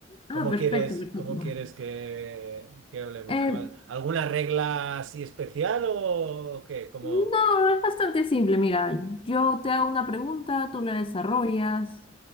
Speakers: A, on the right; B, on the left.
A: ¿Cómo
B: Ah, perfecto,
A: quieres,
B: perfecto.
A: cómo quieres que, que hablemos?
B: Eh,
A: ¿Cuál? ¿Alguna regla así especial o qué? ¿Cómo?
B: no, es bastante simple. Mira, yo te hago una pregunta, tú la desarrollas